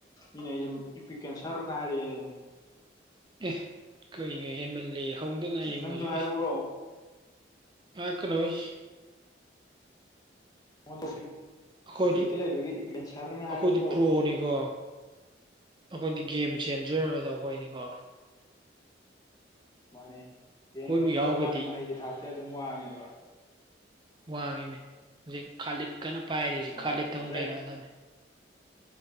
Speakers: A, on the left; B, on the right.
A: ꯏꯅꯦ ꯏ ꯄ ꯀꯦꯟ ꯁꯔꯅ ꯍꯥꯏꯔꯅꯦ
B: ꯑꯦ ꯀꯩꯅꯣ ꯍꯦꯟꯃꯜꯂ ꯍꯧꯗ ꯉꯥꯏꯌꯦ
A: ꯅꯪꯁꯨ
B: ꯃꯣꯏꯁꯨ
A: ꯍꯥꯏꯔꯛꯎꯔꯣ
B: ꯏ ꯑꯦꯅꯣꯣꯏ
A: ꯍ ꯇ
B: ꯑꯩꯈꯣꯏꯗꯤ
A: ꯏꯐꯛꯇ ꯂꯩꯕꯒꯤ ꯏꯕꯦꯟ ꯁꯥꯔꯅ
B: ꯑꯩꯈꯣꯏꯗꯤ
A: ꯍꯥꯏꯔꯎꯔꯣ
B: ꯄ꯭ꯔꯣꯅꯤꯀꯣ ꯑꯩꯈꯣꯏꯗꯤ ꯒꯦꯝ ꯆꯦꯟꯖꯗꯣ ꯑꯩꯈꯣꯏꯗꯤ ꯉꯥꯎꯋꯦ
A: ꯃꯥꯅꯦ
B: ꯑꯩꯈꯣꯏꯕꯨ
A: ꯔꯦꯡ ꯅꯦꯝꯖꯕ
B: ꯌꯥꯎꯔꯒꯗꯤ
A: ꯋꯥꯅꯤ ꯃꯍꯩꯒꯤ ꯊꯥꯛꯇꯤ ꯑꯗꯨꯝ ꯋꯥꯡꯉꯦꯕ
B: ꯋꯥꯡꯉꯤꯅꯦ ꯍꯧꯖꯤꯛ ꯈꯥꯂꯤꯠ ꯀꯟꯅ ꯄꯥꯏꯔꯤ ꯍꯖꯤꯛ
A: ꯑꯣ
B: ꯈꯥꯂꯤꯠꯇ
A: ꯐꯖꯩ
B: ꯃꯨꯛ ꯅꯩꯔꯛꯑꯗꯝꯅꯤ